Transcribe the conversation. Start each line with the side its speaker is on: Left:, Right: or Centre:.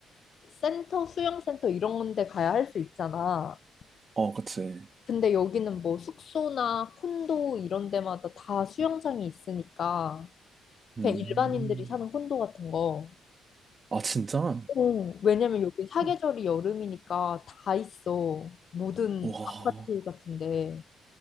Left: 센터, 수영센터 이런 데 가야 할 수 있잖아.
Right: 어, 그치.
Left: 근데 여기는 뭐 숙소나 콘도 이런 데마다 다 수영장이 있으니까
Right: 음.
Left: 그냥 일반인들이 사는 콘도 같은 거.
Right: 아, 진짜?
Left: 어, 왜냐면 여기 사계절이
Right: 어,
Left: 여름이니까 다 있어. 모든
Right: 와.
Left: 아파트 같은데.